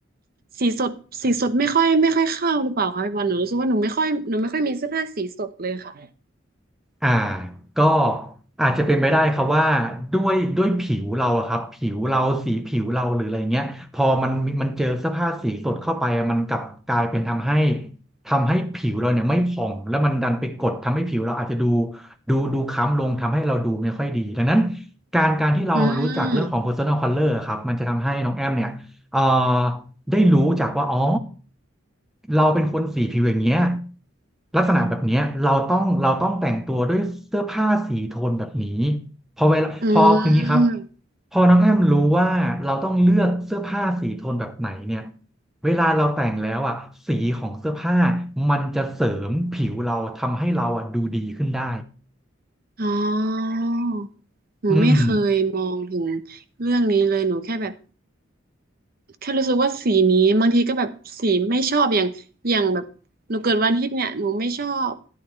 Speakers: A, on the right; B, in the centre.
A: สีสดสีสดไม่ค่อยไม่ค่อยเข้าหรือเปล่าคะพี่บอลหนูรู้สึกว่าหนูไม่ค่อยหนูไม่ค่อยมีเสื้อผ้าสีสดเลยค่ะ
B: อ่าก็อาจจะเป็นไปได้ครับว่าด้วยด้วยผิวเราอะครับผิวเราสีผิวเราหรืออะไรเงี้ยพอมันมันเจอเสื้อผ้าสีสดเข้าไปอะมันกลับกลายเป็นทำให้ทำให้ผิวเราเนี่ยไม่ผ่องแล้วมันดันไปกดทำให้ผิวเราอาจจะดูดูดูคล้ำลงทำให้เราดูไม่ค่อยดีดังนั้นการการที่เรารู้จักเรื่องของ
A: อืม
B: personal color อะครับมันจะทำให้น้องแอมเนี่ย เอ่อได้รู้จากว่าอ๋อเราเป็นคนสีผิวอย่างเงี้ยลักษณะแบบเนี้ยเราต้องเราต้องแต่งตัวด้วยเสื้อผ้าสีโทนแบบนี้พอเวลาพอคืองี้ครับ
A: อืม
B: พอน้องแอมรู้ว่าเราต้องเลือกเสื้อผ้าสีโทนแบบไหนเนี่ยเวลาเราแต่งแล้วอ่ะสีของเสื้อผ้ามันจะเสริมผิวเราทำให้เราอ่ะดูดีขึ้นได้
A: อ๋อหนูไม่เคยมองถึง
B: อืม
A: เรื่องนี้เลยหนูแค่แบบ แค่รู้สึกว่าสีนี้บางทีก็แบบสีไม่ชอบอย่างอย่างแบบหนูเกิดวันอาทิตย์เนี่ยหนูไม่ชอบ